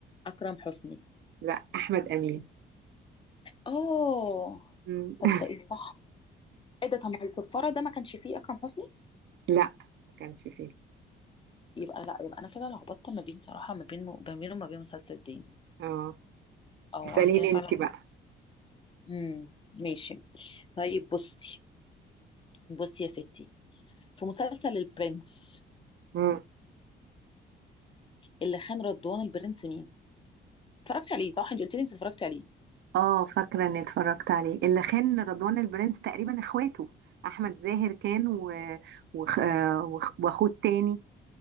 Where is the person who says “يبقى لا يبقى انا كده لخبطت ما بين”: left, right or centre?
Left